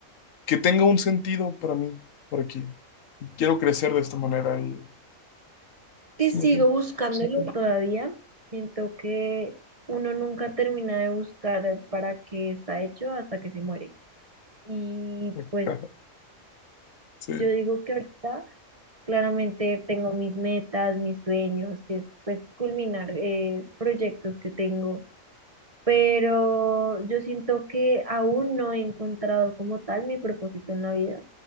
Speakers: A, on the left; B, on the right.
A: que tenga un sentido para mí por aquí. Y quiero crecer de esta manera. Y...
B: que
A: ¿Sí
B: sigo
A: me entiendes?
B: Sí. buscándolo todavía. Siento que uno nunca termina de buscar para qué está hecho hasta que se muere. Y
A: <laughs>
B: pues
A: Sí,
B: yo digo que ahorita claramente tengo mis metas, mis sueños, que es pues culminar eh, proyectos que tengo. Pero yo siento que aún no he encontrado como tal mi propósito en la vida.